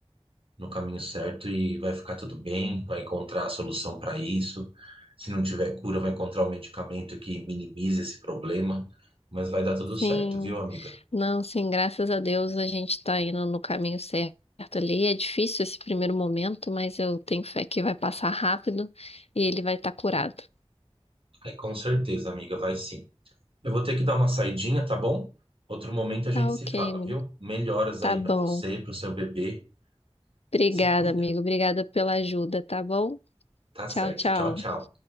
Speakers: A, on the right; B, on the left.
A: no caminho certo e vai ficar tudo bem, vai encontrar a solução para isso. Se não tiver cura, vai encontrar um medicamento que minimize esse problema, mas vai dar tudo certo,
B: Sim,
A: viu, amiga?
B: não, sim, graças a Deus a gente tá indo no caminho certo ali. É difícil esse primeiro momento, mas eu tenho fé que vai passar rápido e ele vai estar curado.
A: Aí com certeza, amiga, vai sim. Eu vou ter que dar uma saidinha, tá bom? Outro momento a gente
B: Tá
A: se
B: ok,
A: fala,
B: amigo.
A: viu? Melhoras
B: Tá
A: aí
B: bom.
A: para você, para o seu bebê.
B: Obrigada,
A: Se cuida.
B: amigo. Obrigada pela ajuda, tá bom?
A: Tá certo.
B: Tchau, tchau.
A: Tchau, tchau.